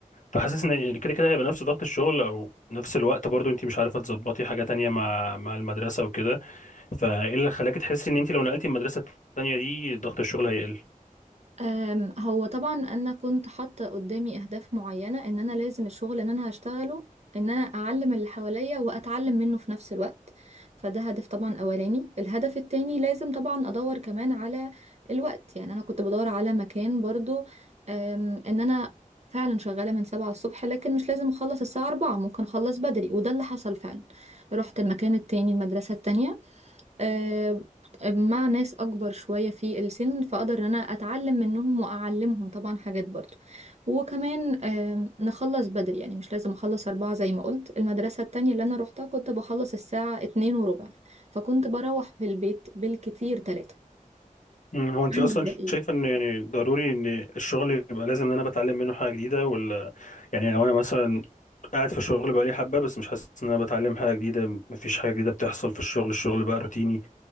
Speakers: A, on the left (about 65°); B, on the right (about 50°).
A: فحاسس ان كده كده هيبقى نفس ضغط الشغل او نفس الوقت برضو انت مش عارفه تظبطي حاجه تانية مع مع المدرسه وكده فايه اللي خلاكي تحسي ان انت لو نقلتي المدرسه التانية دي ضغط الشغل هيقل
B: أم، هو طبعا انا كنت حاطه قدامي اهداف معينه ان انا لازم الشغل ان انا هشتغله ان انا اعلم اللي حواليا واتعلم منه في نفس الوقت فده هدف طبعا اولاني الهدف التاني لازم طبعا ادور كمان على الوقت يعني انا كنت بدور على مكان برضو أم، ان انا فعلا شغاله من سبعة الصبح لكن مش لازم اخلص الساعه أربعة ممكن اخلص بدري وده اللي حصل فعلا رحت المكان التاني المدرسه التانية آه، مع ناس اكبر شوية في السن فاقدر ان انا اتعلم منهم واعلمهم طبعا حاجات برضو وكمان آه، نخلص بدري يعني مش لازم اخلص اربعة زي ما قلت المدرسة التانية اللي انا روحتها كنت بخلص الساعة اتنين وربع فكنت بروح في البيت بالكتير تلاتة
A: مم، هو انت
B: عندك
A: اصلا
B: ده ايه
A: شايفه ان يعني ضروري ان الشغل يبقى لازم ان انا بتعلم منه حاجه جديده ولا يعني لو انا مثلا قاعد في الشغل بقالي حبه بس مش حاسس ان انا بتعلم حاجه جديده مفيش حاجه جديده بتحصل في الشغل الشغل بقى روتيني